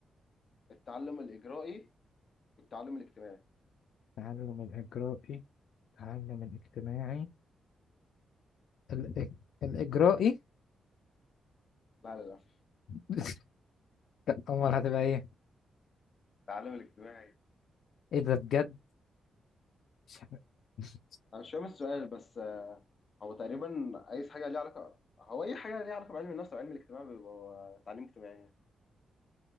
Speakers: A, on the left; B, on the left.
A: التعلم الإجرائي والتعلم الاجتماعي
B: تعلم الاجرائي تعلم الاجتماعي الإج... الاجرائي
A: لا للأسف
B: <laughs> لا، امال هتبقى ايه
A: التعلم الاجتماعي
B: ايه ده بجد <laughs> مش
A: أنا مش فاهم السؤال بس آه، هو تقريبا عايز حاجة ليها علاقة هو أي حاجة ليها علاقة بعلم النفس وعلم الاجتماع بيبقى تعليم اجتماعي